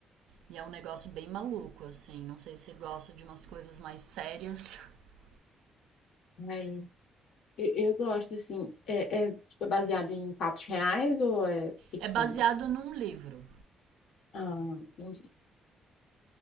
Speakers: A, on the right; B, on the left.
A: E é um negócio bem maluco, assim. Não sei se você gosta de umas coisas mais sérias. <laughs>
B: Aí, eu, eu gosto, assim, é, é tipo, baseado em fatos reais ou é ficção?
A: É baseado num livro,
B: Ah, entendi.